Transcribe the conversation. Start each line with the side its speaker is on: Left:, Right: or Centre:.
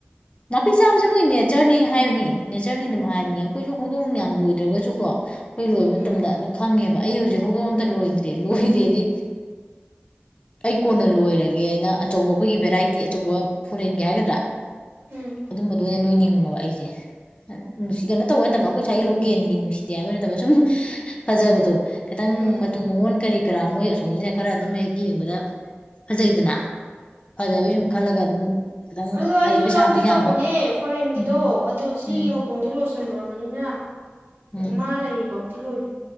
Left: ꯅꯥꯄꯤ ꯆꯥꯕꯁꯦ ꯃꯣꯏ ꯅꯦꯆꯔꯅꯤ ꯍꯥꯏꯕꯅꯤ ꯅꯦꯆꯔꯅꯤ ꯑꯗꯨꯝ ꯍꯥꯏꯕꯅꯦ ꯑꯩꯈꯣꯏꯁꯨ ꯍꯧꯗꯣꯡ ꯌꯥꯝ ꯂꯣꯏꯗ꯭ꯔꯒꯁꯨꯀꯣ ꯑꯩꯈꯣꯏ ꯂꯣꯏꯕ ꯃꯇꯝꯗ
Right: ꯎꯝ
Left: ꯑꯗꯨ ꯈꯪꯉꯦꯕ ꯑꯩ ꯍꯧꯖꯤꯛ ꯍꯧꯗꯣꯡ ꯑꯝꯇ ꯂꯣꯏꯗ꯭ꯔꯦ ꯂꯣꯏꯗꯦꯗꯤ ꯑꯩ ꯀꯣꯟꯅ ꯂꯣꯏꯔꯒꯦꯅ ꯑꯆꯧꯕ ꯑꯩꯈꯣꯏꯒꯤ ꯚꯦꯔꯥꯏꯇꯤ ꯑꯆꯧꯕ ꯐꯣꯔꯦꯟꯒꯤ ꯍꯥꯏꯒꯗ꯭ꯔꯥ
Right: ꯎꯝ
Left: ꯑꯗꯨꯝꯕꯗꯣ ꯑꯣꯏꯅ ꯂꯣꯏꯅꯤꯡꯉꯦꯕ ꯑꯩꯁꯦ ꯅꯨꯡꯁꯤ ꯀꯩꯅꯣ ꯇꯧꯕ ꯅꯠꯇꯕ ꯑꯩꯈꯣꯏ ꯁ꯭ꯁꯋꯥꯏꯒꯤ ꯂꯣꯀꯦꯜꯒꯤ ꯅꯨꯡꯁꯤꯗꯦ ꯍꯥꯏꯕ ꯅꯠꯇꯕ ꯁꯨꯝ ꯐꯖꯕꯗꯣ ꯈꯤꯇꯪ
Right: ꯎꯝ
Left: ꯃꯇꯨ ꯃꯑꯣꯟ ꯀꯔꯤ ꯀꯔꯥ ꯃꯣꯏ ꯑꯁꯣꯝꯁꯤꯅ ꯈꯔ ꯑꯗꯨꯝ ꯍꯦꯛ ꯌꯦꯡꯅꯤꯡ ꯐꯖꯩꯗꯅ ꯐꯖꯕꯩ ꯁꯨꯝ ꯈꯜꯂꯒ ꯑꯗꯨꯝ ꯈꯤꯇꯪ
Right: ꯑꯗꯣ ꯑꯩꯁꯨ
Left: ꯄꯩꯁꯥꯗꯨ
Right: ꯂꯧꯒꯦ
Left: ꯌꯥꯝꯕ
Right: ꯇꯧꯕꯅꯦ ꯐꯣꯔꯦꯟꯒꯤꯗꯣ
Left: ꯎꯝ
Right: ꯑꯗꯣ ꯁꯤꯒꯤ
Left: ꯎꯝ
Right: ꯍꯧꯗꯣꯡꯁꯦ ꯂꯣꯏꯁꯜꯂꯨꯔꯕꯅꯤꯅ
Left: ꯎꯝ
Right: ꯃꯥ ꯂꯩꯔꯤꯕꯧ ꯂꯣꯏ